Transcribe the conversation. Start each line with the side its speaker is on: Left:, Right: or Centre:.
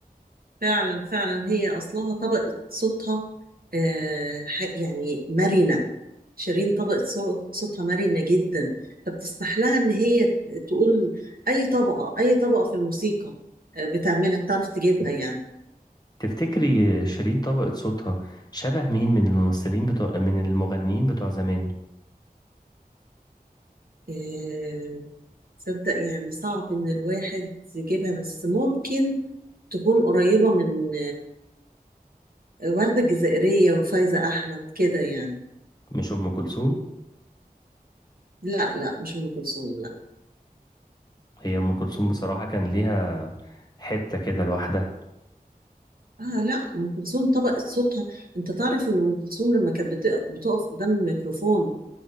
Right: فعلا فعلا هي اصلها طبقة صوتها آه ح- يعني مرنة شيرين طبقة صو- صوتها مرنة جدا فبتسمح لها ان هي تقول اي طبقة اي طبقة في الموسيقى آه، بتعملها بتعرف تجيبها يعني
Left: تفتكري شيرين طبقت صوتها شبه مين من الممثلين بتوع من المغنيين بتوع زمان
Right: آه، تصدق يعني صعب ان الواحد يجيبها بس ممكن تكون قريبة من آه، وردة الجزائرية وفايزة احمد كده يعني
Left: مش أم كلثوم
Right: لا لا مش ام كلثوم لا
Left: هي أم كلثوم بصراحة كان ليها حتة كده لوحدها
Right: اه لا ام كلثوم طبقت صوتها انت تعرف ان ام كلثوم لما كانت بت- بتقف قدام الميكروفون